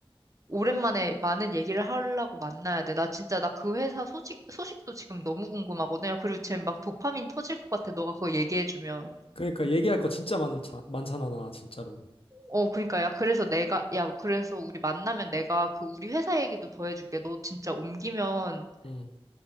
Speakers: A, on the right; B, on the left.
A: 오랜만에 많은 얘기를 하려고 만나야 돼. 나 진짜, 나 그 회사 소식, 소식도 지금 너무 궁금하거든. 야, 그리고 쟤 막 도파민 터질 것 같아. 너가 그거 얘기해주면.
B: 그러니까 얘기할 거 진짜 많은 차, 많잖아, 나 진짜로.
A: 어, 그러니까 야, 그래서 내가 야, 그래서 우리 만나면 내가 그 우리 회사 얘기도 더 해줄게. 너 진짜 옮기면
B: 음.